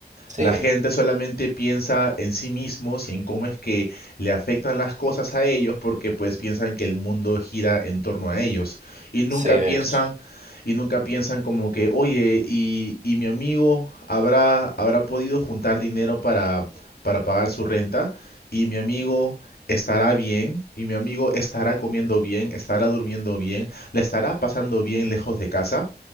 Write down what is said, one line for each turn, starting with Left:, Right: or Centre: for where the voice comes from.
Right: Sí,
Left: La gente solamente piensa en sí mismos y en cómo es que le afectan las cosas a ellos porque pues piensan que el mundo gira en torno a ellos y nunca
Right: sí, de
Left: piensan
Right: hecho.
Left: y nunca piensan como que, oye, y, y mi amigo habrá, habrá podido juntar dinero para, para pagar su renta y mi amigo estará bien y mi amigo estará comiendo bien, estará durmiendo bien, le estará pasando bien lejos de casa.